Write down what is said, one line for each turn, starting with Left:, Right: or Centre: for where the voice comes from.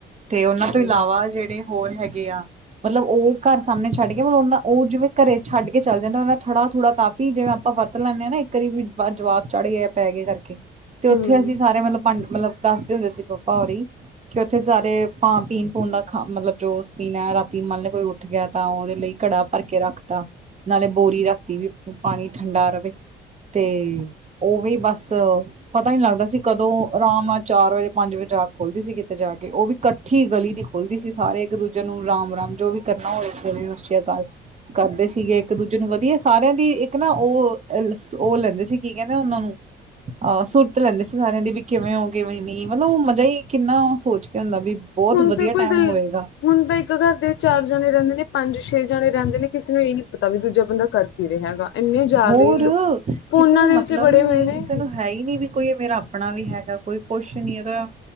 Right: ਤੇ ਉਹਨਾਂ
Left: ਹੂੰ
Right: ਤੋਂ ਇਲਾਵਾ ਜਿਹੜੇ ਹੋਰ ਹੈਗੇ ਆ ਮਤਲਬ ਉਹ ਘਰ ਸਾਹਮਨੇ ਛੱਡ ਗੇ ਪਰ ਉਨਾ ੳ ਜਿਵੇਂ ਘਰੇ ਛੱਡ ਕੇ ਚਲ ਜਾਨ, ਉਹਨਾਂ ਦਾ ਥੜਾ ਥੁੜਾ ਕਾਫੀ ਜਿਵੇਂ ਆ ਆਪਾਂ ਵਰਤ ਲੈਂਨੇ ਆ ਨਾ ਇੱਕ ਅਰੀ ਵੀ ਜਵਾਕ ਚੜ ਗਏ ਆ ਪੈ ਗਏ ਕਰਕੇ, ਤੇ ਉੱਥੇ
Left: ਹੂੰ
Right: ਅਸੀਂ ਸਾਰੇ ਮਤਲਬ ਭਾਂਡ ਮਤਲਬ ਦੱਸਦੇ ਹੁੰਦੇ ਸੀ ਪਾਪਾ ਹੋਰੀ ਕਿ ਉੱਥੇ ਸਾਰੇ ਭਾਂ ਪੀਨ ਪੂਨ ਦਾ ਖਾ, ਮਤਲਬ ਜੋ ਪੀਨੇ ਰਾਤੀ ਮੰਨ ਲੇ ਕੋਈ ਉੱਠ ਗਿਆ ਤਾਂ ਉਹਦੇ ਲਈ ਘੜਾ ਭਰ ਕੇ ਰੱਖਤਾ ਨਾਲੇ ਬੋਰੀ ਰੱਖਤੀ ਵੀ ਪਾਨੀ ਠੰਡਾ ਰਵੇ, ਤੇ ਉਵੇ ਈ ਬਸ ਪਤਾ ਈ ਨੀ ਲੱਗਦਾ ਸੀ ਕਦੋਂ ਆਰਾਮ ਨਾਲ ਚਾਰ ਵਜੇ ਪੰਜ ਵਜੇ ਜਾਗ ਖੋਲਦੀ ਸੀ ਕਿਤੇ ਜਾ ਕੇ ਉਹ ਵੀ ਕੱਠੀ ਗਲੀ ਦੀ ਖੁੱਲਦੀ ਸੀ ਸਾਰੇ ਇੱਕ ਦੂਜੇ ਨੂੰ ਰਾਮ ਰਾਮ ਜੋ ਵੀ ਕਰਨਾ ਹੋਵੇ ਇਸ ਗਲੀ ਨੂੰ <unintelligible> ਕਰਦੇ ਸੀਗੇ ਇੱਕ ਦੂਜੇ ਨੂੰ ਵਧੀਆ ਸਾਰਿਆਂ ਦੀ ਇੱਕ ਇੱਕ ਨਾ ਉਹ ਉਹ ਲੈਂਦੇ ਸੀ ਕੀ ਕਹਿੰਦੇ ਉਹਨਾਂ ਨੂੰ ਅਹ ਸੁਰਤ ਲੈਂਦੇ ਸੀ ਸਾਰਿਆਂ ਦੀ ਵੀ ਕਿਵੇਂ ਹੋ, ਕਿਵੇਂ ਨੀ ਮਤਲਬ ਉਹ ਮਜ਼ਾ ਹੀ ਕਿੰਨਾ ਸੋਚ ਕੇ ਹੁੰਦਾ ਵੀ ਬਹੁਤ
Left: ਹੁ਼ਨ ਤੇ
Right: ਵਧੀਆ
Left: ਕੋਈ
Right: ਟਾਈਮ
Left: ਦ
Right: ਹੋਏਗਾ
Left: ਹੁਨ ਤੇ ਇੱਕ ਘਰ ਦੇ ਚਾਰ ਜਣੇ ਰਹਿੰਦੇ ਨੇ ਪੰਜ ਛੇ ਜਣੇ ਰਹਿੰਦੇ ਨੇ ਕਿਸੇ ਨੂੰ ਇਹ ਨੀ ਪਤਾ ਵੀ ਦੂਜਾ ਬੰਦਾ ਕਰ ਕੀ ਰੇਹਾ ਹੈਗਾ, ਏਨੇ ਜ਼ਿਆਦੇ
Right: ਹੋਰ
Left: ਈ ਫੋਨਾਂ
Right: ਕਿਸੇ ਨੂੰ
Left: ਦੇ
Right: ਮਤਲਬ
Left: ਵਿੱਚ ਬੜੇ
Right: ਹੀ
Left: ਹੋਏ
Right: ਨਹੀਂ
Left: ਨੇ
Right: ਕਿਸੇ ਨੂੰ ਹੈ ਈ ਨੀ ਵੀ ਕੋਈ ਮੇਰਾ ਆਪਣਾ ਵੀ ਹੈਗਾ ਕੋਈ ਕੁਛ ਨੀ ਉਹਦਾ